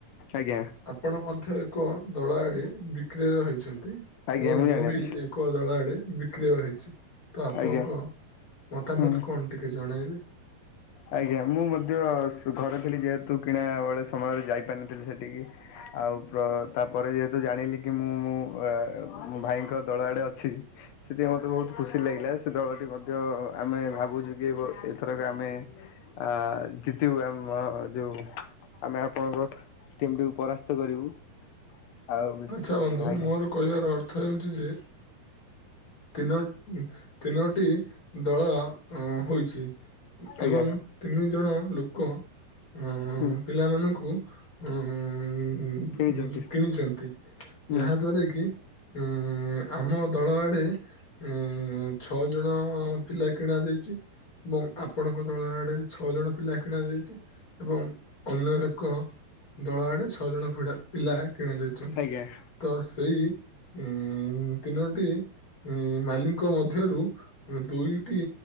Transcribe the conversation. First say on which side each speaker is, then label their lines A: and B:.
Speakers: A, on the left (about 80°); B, on the left (about 25°).
A: ଆଜ୍ଞା।
B: ଆପଣ ମଧ୍ୟ ଏକ ଦଳ ଆଡେ ବିକ୍ରୟ ହେଇଛନ୍ତି।
A: ଆଜ୍ଞା
B: ଏବଂ ମୁଁ
A: ଜାଣିଅଛି
B: ବି ଏକ ଦଳ ଆଡେ ବିକ୍ରିୟ ହେଇଛି। ତ ଆପଣଙ୍କ
A: ଆଜ୍ଞା
B: ମତାମତ
A: ହୁଁ
B: କଣ ଟିକେ ଜଣାଇବେ?
A: ଆଜ୍ଞା ମୁଁ ମଧ୍ୟ ସ ଘରେ ଥିଲି ଯେହେତୁ କିଣା ବେଳେ ସମୟରେ ଯାଇପାରିନଥିଲି ସେଠିକି। ଆଉ ତାପରେ ଯେହେତୁ ଜାଣିଲି କି ମୁଁ ମୁଁ ମୋ ଭାଇଙ୍କ ଦଳ ଆଡେ ଅଛି ସେଥିି ମତେ ବହୁତ ଖୁସି ଲାଗିଲା ସେ ଦଳଟି ମଧ୍ୟ ଆମେ ଭାବୁଛୁ କି ମ୍ ଏଥରକ ଆମେ ଆ ଜିତିବୁ ଆମ ଯୋଉ ଆମେ ଆପଣଙ୍କ ଟିମଟିକୁ ପରାସ୍ତ କରିବୁ ଆଉ ବି
B: ଆଚ୍ଛା ବନ୍ଧୁ
A: ଆଜ୍ଞା।
B: ମୋର କହିବାର ଅର୍ଥ ହେଉଛି ଯେ ତିନୋ ତିନୋଟି ଦଳ ଅ ହୋଇଛି
A: ଆଜ୍ଞା
B: ଏବଂ ତିନି ଜଣ ଲୋକ ଉ
A: ହୁଁ
B: ପିଲାମାନଙ୍କୁ ଉ
A: କିଣିଛନ୍ତି
B: କିଣିଛନ୍ତି?
A: ହୁଁ
B: ଯାହା ଦ୍ଵାରା କି ଉଁ ଆମ ଦଳ ଆଡେ ଉଁ ଛଅ ଜଣ ପିଲା କିଣା ଯାଇଛି? ଏବଂ ଆପଣଙ୍କ ଦଳ ଆଡେ ଛଅ ଜଣ ପିଲା କିଣା ଯାଇଛି ଏବଂ ଅନ୍ୟ ଏକ ଦଳ ଆଡେ ଛଅ ଜଣ ପିଲା କିଣାଯାଇଛନ୍ତି।
A: ଆଜ୍ଞା
B: ତ ସେଇ ଇ ତିନୋଟି ଏ ମାଲଙ୍କ ମଧ୍ୟରୁ ଦୁଇଟି